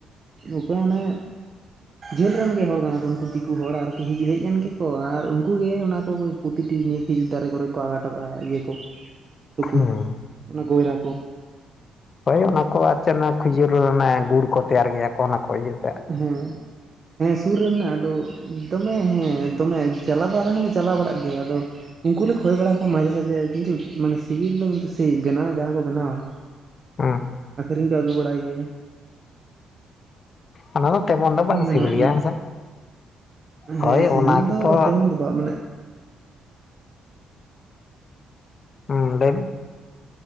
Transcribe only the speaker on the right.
ᱚᱠᱟ ᱦᱟᱸᱱᱮ ᱡᱷᱟᱹᱞ ᱨᱮᱱ ᱜᱮ ᱦᱚᱲ ᱠᱟᱱᱟ ᱠᱚ ᱩᱱᱠᱩ ᱫᱤᱠᱩ ᱦᱚᱲ ᱟᱨ ᱠᱤ ᱦᱮᱡ ᱮᱱ ᱜᱮᱠᱚ ᱟᱨ ᱩᱝᱠᱩ ᱜᱮ ᱚᱱᱟᱠᱚ ᱯᱨᱚᱛᱤᱴᱤ ᱱᱤᱭᱟᱹ ᱠᱷᱤᱡᱩᱨ ᱫᱟᱨᱮ ᱠᱚᱨᱮ ᱠᱚ ᱟᱠᱟ ᱦᱚᱴᱚᱠᱟᱜᱼᱟ ᱤᱭᱟᱹ ᱠᱚ, ᱴᱩᱠᱩᱡ
ᱚᱱᱟ ᱜᱚᱭᱨᱟ ᱠᱚ᱾
ᱦᱮᱸ ᱦᱮᱸ ᱥᱩᱨ ᱨᱮ ᱢᱮᱱᱟᱜᱼᱟ ᱟᱫᱚ ᱫᱚᱢᱮ ᱦᱮᱸ ᱫᱚᱢᱮ ᱡᱟᱞᱟ ᱫᱚ ᱟᱞᱮ ᱦᱚᱸᱞᱮ ᱪᱟᱞᱟᱣ ᱵᱟᱲᱟᱜ ᱜᱮᱭᱟ ᱟᱫᱚ ᱩᱝᱠᱩ ᱞᱮ ᱠᱷᱚᱭ ᱵᱟᱲᱟ ᱠᱚᱣᱟ ᱢᱟᱡᱷᱮ ᱥᱟᱡᱷᱮ ᱠᱤᱱᱛᱩ ᱢᱟᱱᱮ ᱥᱤᱵᱤᱞ ᱫᱚ ᱠᱤᱱᱛᱩ ᱥᱮᱭ ᱵᱮᱱᱟᱣᱟ ᱡᱟᱦᱟᱸ ᱠᱚ ᱵᱮᱱᱟᱣᱟ
ᱟᱠᱷᱨᱤᱧ ᱠᱚ ᱟᱹᱜᱩ ᱵᱟᱲᱟᱭ ᱜᱮᱭᱟ᱾
ᱢᱟᱱᱮ
ᱱᱚᱜ
ᱮᱜ
ᱦᱮᱸ ᱥᱤᱵᱤᱞ
ᱫᱚ ᱛᱮᱢᱚᱱ ᱫᱚ ᱵᱟᱝ ᱢᱟᱱᱮ